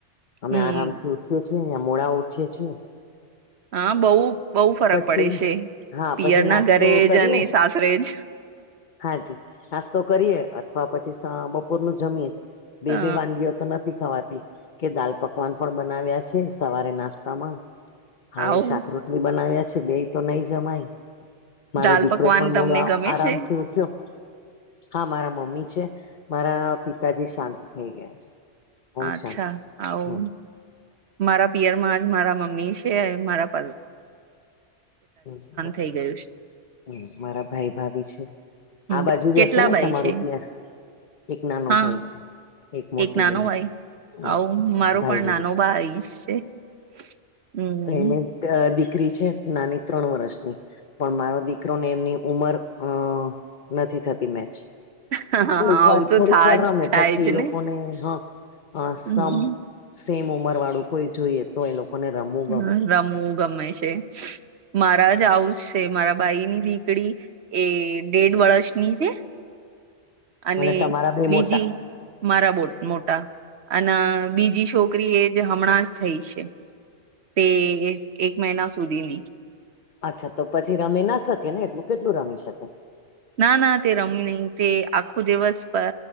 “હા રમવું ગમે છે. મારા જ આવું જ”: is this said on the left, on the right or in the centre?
Right